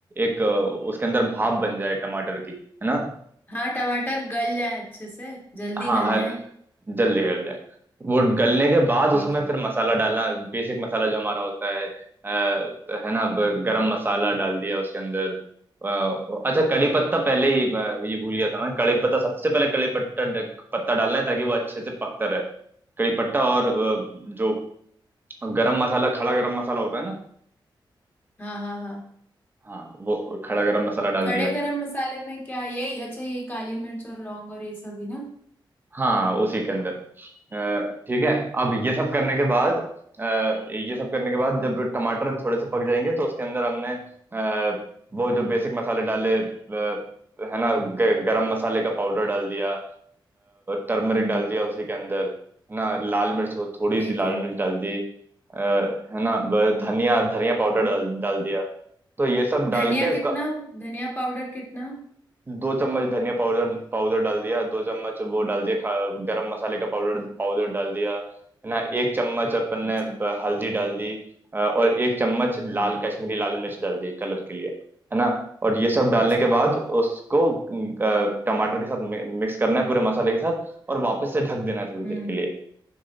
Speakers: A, on the right; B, on the left.
A: एक अ, उसके अंदर भाप बन जाए टमाटर की है ना
B: हाँ टमाटर गल जाए अच्छे से जल्दी
A: हाँ
B: गल
A: हल-
B: जाए
A: जल्दी गल जाए वो गलने के बाद
B: ठीक
A: उसमें
B: है
A: फिर मसाला डालना बेसिक मसाला जो हमारा होता है अ, है ना अब गरम मसाला डाल दिया उसके अंदर अ, अच्छा कड़ी पत्ता पहले ही अ, ये भूल गया था मैं कड़ी पत्ता सबसे पहले कड़ी पत्ता पत्ता डालना है ताकि वो अच्छे से पकता रहे कड़ी पत्ता और अ, जो गरम मसाला खड़ा गरम मसाला होता है ना
B: हाँ हाँ हाँ
A: हाँ वो खड़ा गरम मसाला डाल
B: खड़े
A: दिया
B: गरम मसाले में क्या यही अच्छा ये काली मिर्च और लौंग और ये सब ही ना
A: हाँ उसी के अंदर अ, ठीक है अब ये सब करने के बाद अ, ये सब करने के बाद जब टमाटर थोड़े से पक जाएंगे तो उसके अंदर हमने अ, वो जो बेसिक मसाले डाले अ, है ना ग- गरम मसाले का पाउडर डाल दिया टर्मरिक
B: हम्म
A: डाल दिया उसी के अंदर है ना लाल मिर्च हो थोड़ी
B: ठीक
A: सी लाल
B: है
A: मिर्च डाल दी अ, है ना ब-
B: हम्म
A: धनिया धनिया पाउडर डाल डाल दिया तो ये सब डाल
B: धनिया
A: के इसका
B: कितना धनिया पाउडर कितना
A: दो चम्मच धनिया पाउडर पाउडर डाल दिया दो चम्मच वो डाल दिया खा- गरम मसाले का पाउडर पाउडर डाल दिया है ना एक चम्मच अपन
B: अच्छा
A: ने प- हल्दी डाल दी अ, और एक चम्मच लाल
B: हाँ
A: कश्मीरी लाल मिर्च डाल दी कलर के लिए है ना और ये सब डालने
B: अच्छा
A: के बाद उसको अ, टमाटर के साथ मि- मिक्स करना है पूरे मसाले के साथ और वापस से ढक देना है थोड़ी
B: हम्म
A: देर के लिए